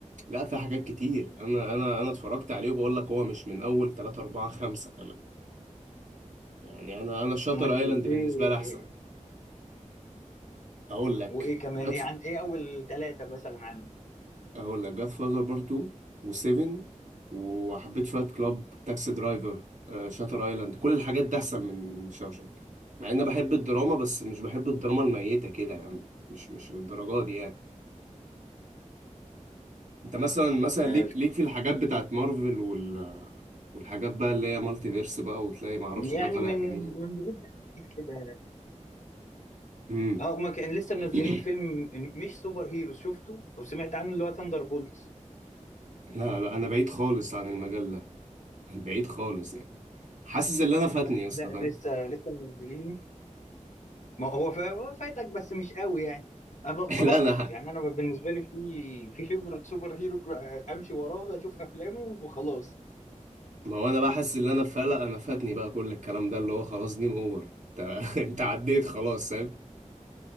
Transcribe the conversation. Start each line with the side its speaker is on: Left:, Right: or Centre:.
Right: لا في حاجات كتير انا انا انا اتفرجت عليه وبقول لك هو مش من اول 3 4 5 كمان يعني انا انا شاتر
Left: امال
Right: ايلاند
Left: ايه
Right: بالنسبة لي احسن اقول لك
Left: وايه كمان
Right: جاد
Left: ايه عن ايه اول ثلاثة مثلا عندك
Right: اقول لك جاد فاذر بارت 2 و7 وحبيت فايت كلاب تاكسي درايفر آه، شاتر ايلاند كل الحاجات دي احسن من من شاوشانك مع ان بحب الدراما بس مش بحب الدراما الميتة كده يعني مش مش للدرجة دي يعني انت مثلا مثلا
Left: آه،
Right: ليك ليك في الحاجات بتاعت مارفل وال والحاجات بقى اللي هي مالتي فيرس بقى وتلاقي معرفش
Left: يعني
Right: ده طالع
Left: من
Right: منين
Left: من بعيد لأكيد كده
Right: مم.
Left: اه ما كان لسه
Right: <clears throat>
Left: منزلين فيلم مش سوبر هيروز شفته او سمعت عنه اللي هو ثاندر بولتس
Right: لا لا انا بعيد خالص عن المجال ده <laughs> بعيد خالص يعني حاسس ان انا فاتني يا اسطى
Left: لا
Right: فاهم
Left: لسه لسه منزلينه ما هو فا- هو فاتك بس مش قوي يعني انا ب-
Right: <laughs>
Left: بلقط
Right: لا انا
Left: يعني انا بالنسبه لي في في فيفرت سوبر هيرو ك- امشي وراه اشوف افلامه وخلاص
Right: ما هو انا بقى حاسس ان انا فلق انا فاتني بقى كل الكلام ده اللي هو خلاص جيم اوفر انت <laughs> انت عديت خلاص فاهم